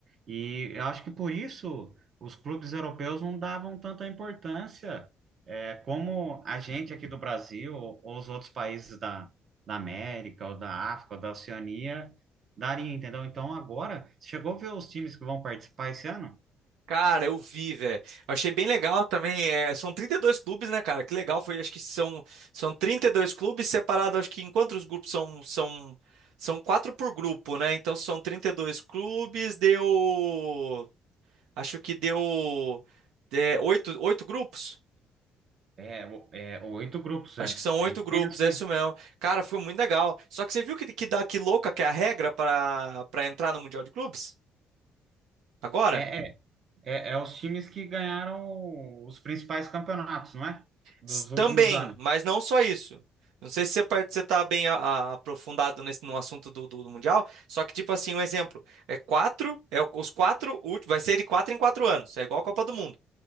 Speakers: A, on the right (about 55°); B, on the right (about 85°).
A: E eu acho que por isso os clubes europeus não davam tanta importância, é, como a gente aqui do Brasil ou os outros países da, da América ou da África ou da Oceania daria, entendeu? Então agora, chegou a ver os times que vão participar esse ano?
B: Cara, eu vi, velho. Eu achei bem legal também. É, são 32 clubes, né, cara? Que legal foi. Acho que são, são 32 clubes separados. Acho que enquanto os grupos são, são, são quatro por grupo, né? Então são 32 clubes, deu. Acho que deu é, oito, oito grupos.
A: É, o- é oito grupos,
B: Acho
A: é,
B: que são
A: é
B: oito
A: intenso,
B: grupos, é
A: hein?
B: isso mesmo. Cara, foi muito legal. Só que você viu que, que, dá, que louca que é a regra para para entrar no Mundial de Clubes? Agora?
A: É, é, é, é os times que ganharam os principais campeonatos, não é? Dos
B: S-
A: últimos
B: Também,
A: anos.
B: mas não só isso. Não sei se você, par- você tá bem a- a- aprofundado nesse, no assunto do, do, do Mundial, só que, tipo assim, um exemplo. É quatro, é o- os quatro últimos, vai ser de quatro em quatro anos. É igual a Copa do Mundo.